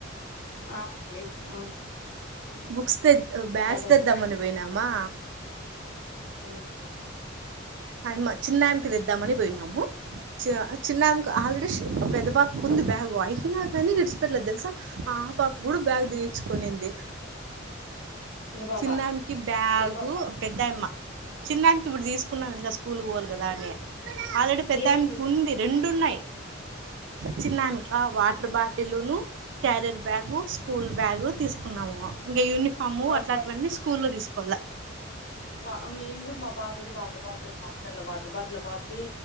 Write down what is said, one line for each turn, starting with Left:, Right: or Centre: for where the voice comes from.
Left: ఆ అండి హుమ్
Right: బుక్స్ తెద్ బ్యాగ్స్
Left: అవుతుంది
Right: తెద్దామని పోయినామా
Left: ఆ
Right: ఆయమ్మ చిన్నాయమ్మ కి తెద్దామని
Left: ఆ
Right: పొయినాము చి చిన్నయమ్మ కి
Left: ఆ
Right: ఆల్రెడీ పెద్ద పా ఉంది బ్యాగు అయినా గానీ విడిచిపెట్లేదు తెలుసా ఆ ఆ పాప గూడ బ్యాగ్ తీయిచ్చుకునింది.
Left: చిన్న పాప
Right: చిన్నానికి బ్యాగు
Left: పెద్ద పాప
Right: పెద్దయమ్మ చిన్నాయమ్మకి ఇబుడు తీసుకున్నాం ఇంగ స్కూల్ కు పోవలే గదా అని ఆల్రెడీ పెద్దాయమిక
Left: ఏమేమి తీసుకున్నారు
Right: ఉంది
Left: చిన్నాయన
Right: రెండు ఉన్నాయి
Left: షాప్
Right: చిన్నామికి వాటర్ బాటి ఇల్లూను క్యారియర్ బ్యాగు స్కూల్ బ్యాగు తీసుకున్నాము. ఇంగ యూనిఫాము
Left: వాటర్
Right: ఇట్లంటివన్నీ
Left: బాటిల్
Right: స్కూల్లో తీసుకోవల
Left: వ మీమ్ గూడ మా పాపకి వాటర్ బాట్లు మాతెల్ల వాటర్ బాట్లు పాపకి